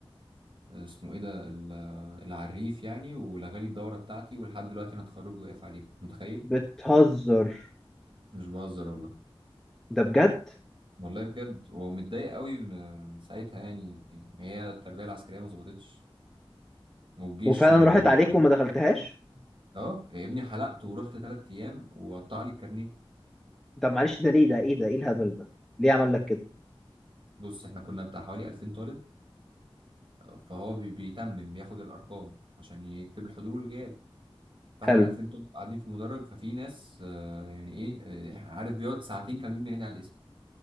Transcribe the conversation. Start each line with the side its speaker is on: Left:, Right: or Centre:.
Right: آه، اسمه ايه ده ال- آه، العريف يعني ولغالي الدوره بتاعتي ولحد دلوقتي انا اتخرج واقف عليها متخيل
Centre: بتهزر
Right: مش بهزر والله
Centre: ده بجد
Right: والله بجد ومتضايق قوي من من ساعتها يعني هي التربيه العسكريه ما ظبطتش والجيش
Centre: وفعلا
Right: م- م-
Centre: راحت عليك
Right: مش
Centre: وما دخلتهاش
Right: اه يا ابني حلقت ورحت تلات ايام وقطع لي الكارنيه
Centre: طب معلش ده ليه ده ايه ده ايه الهبل ده ليه عمل لك كده
Right: بص احنا كنا بتاع حوالي 2000 طالب آه، فهو بي- بيتمم بياخد الارقام عشان يكتب الحضور والغياب فاحنا
Centre: حلو
Right: 2000 طالب قاعدين في مدرج ففي ناس آه، يعني ايه آه، عارف بيقعد ساعتين كاملين بينادي على الاسم